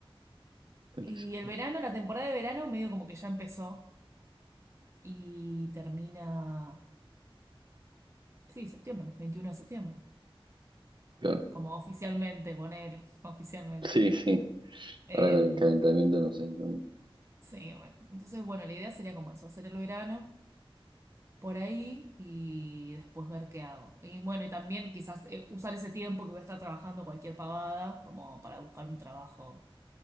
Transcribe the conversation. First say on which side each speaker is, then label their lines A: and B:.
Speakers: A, on the right; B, on the right.
A: veinte
B: y el
A: de
B: verano, la temporada de verano medio como que ya empezó y termina, sí, septiembre, 21 de septiembre,
A: septiembre, claro.
B: como oficialmente, ponele, <laughs> oficialmente.
A: Sí, sí.
B: Em,
A: Ahora con el calentamiento, no sé. no-
B: sí, bueno. Entonces, bueno, la idea sería como eso, hacer el verano por ahí y después ver qué hago. Y bueno, y también quizás eh, usar ese tiempo que voy a estar trabajando cualquier pavada como para buscar un trabajo